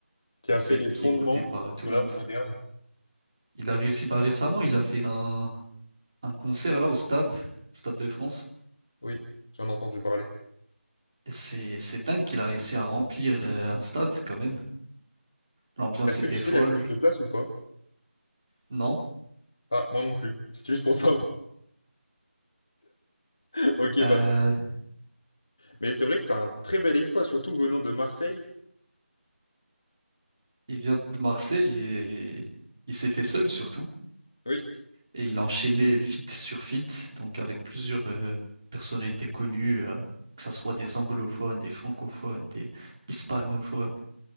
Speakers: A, on the left; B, on the right.
A: Qui
B: français,
A: a fait les
B: qui
A: fondements
B: est écoutée par euh, tout
A: du
B: le
A: rap
B: monde.
A: moderne.
B: Il a réussi, bah récemment, il a fait un, un concert là au stade, Stade de France.
A: Oui, j'en ai entendu parler.
B: Et c'est, c'est dingue qu'il a réussi à remplir euh, un stade quand même. L'ambiance
A: Est-ce
B: était
A: que tu
B: folle,
A: sais, il y a combien de places ou pas?
B: non?
A: Ah, moi non plus. <laughs> C'est juste pour savoir. <laughs> Ok,
B: Euh,
A: bah. Mais c'est vrai que c'est un très bel exploit, surtout venant de Marseille.
B: il vient de Marseille et il s'est fait seul surtout.
A: Oui.
B: Et il a enchaîné feat sur feat, donc avec plusieurs euh, personnalités connues, euh, que ce soit des anglophones, des francophones, des hispanophones,